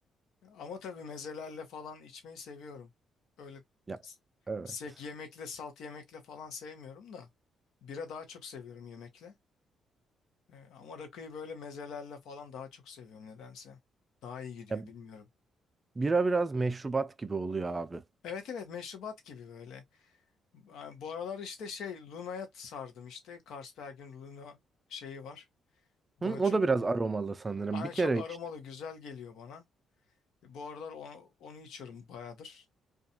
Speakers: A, on the left; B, on the right.
A: Ama tabii mezelerle falan içmeyi seviyorum. Öyle
B: Ya
A: s-
B: evet.
A: sek yemekle, salt yemekle falan sevmiyorum da. Bira daha çok seviyorum yemekle. Ee, ama rakıyı böyle mezelerle falan daha çok seviyorum nedense. Daha iyi gidiyor
B: Ya,
A: bilmiyorum.
B: bira biraz meşrubat gibi oluyor abi.
A: Evet evet meşrubat gibi böyle. Yani bu aralar işte şey Luna'ya sardım işte. Carlsberg'in Luna şeyi var. Bana
B: Hı, o
A: çok
B: da biraz aromalı sanırım.
A: aynı
B: Bir kere
A: çok aromalı
B: iç
A: güzel geliyor bana. Bu aralar onu, onu içiyorum bayağıdır.